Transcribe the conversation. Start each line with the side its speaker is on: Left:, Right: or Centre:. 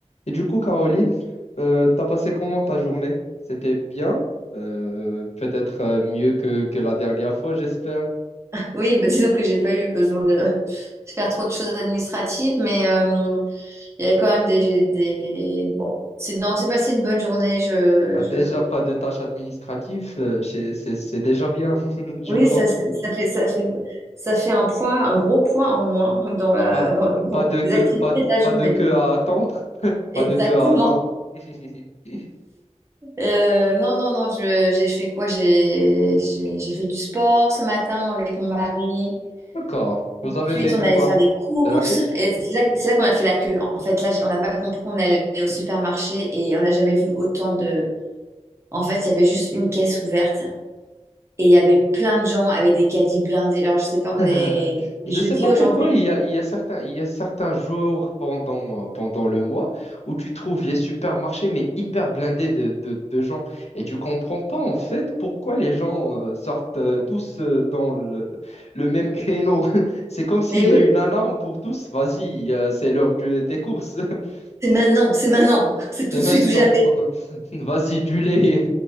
Left: Et du coup, Caroline, euh, t'as passé comment ta journée? C'était bien, Euh, peut-être euh, mieux que, que la dernière fois, j'espère.
Right: Oui, bah, disons que j'ai pas eu besoin de <laughs> faire trop de choses administratives, mais euh, il y avait quand même des, des... Bon, c'est non, c'est passé une bonne journée. Je,
Left: Bah,
Right: je...
Left: déjà, pas de tâches administratives, euh, c'est c'est- c'est déjà bien, <laughs> je
Right: Oui,
Left: crois.
Right: ça, c'est- ça fait, ça fait, ça fait un point, un gros point en moins dans la,
Left: Pas,
Right: dans, dans
Left: pas de queue,
Right: les activités
Left: pas,
Right: de la journée.
Left: pas de queue à attendre,
Right: Exactement.
Left: pas de queue à attendre. <laughs>
Right: Euh, non, non, non, je, j'ai fait quoi? J'ai, j'ai, j'ai fait du sport ce matin avec mon mari.
Left: D'accord.
Right: Ensuite,
Left: Vous avez fait du
Right: on allait
Left: quoi?
Right: faire des courses.
Left: De la course?
Right: Et c'est là, c'est là qu'on a fait la queue. En fait, là, on n'a pas compris. On allait au supermarché et on n'a jamais vu autant de. En fait, il y avait juste une caisse ouverte et il y avait plein de gens avec des caddies blindés. Alors, je sais pas, on
Left: <laughs>
Right: est on
Left: Je
Right: est jeudi
Left: ne sais pas
Right: aujourd'hui.
Left: pourquoi il y a, il y a certains, il y a certains jours pendant, euh, pendant le mois où tu trouves les supermarchés mais hyper blindés de, de, de gens. Et tu comprends pas en fait pourquoi les gens euh, sortent euh, tous euh, dans le, le même créneau. <laughs> C'est comme s'il
Right: Mais
Left: y
Right: oui,
Left: a une alarme pour tous. Vas-y, euh, c'est l'heure du- des courses. <laughs>
Right: c'est maintenant, c'est maintenant, <laughs> c'est tout
Left: C'est
Right: de
Left: maintenant.
Right: suite ou jamais.
Left: <laughs> Vas-y, du lait.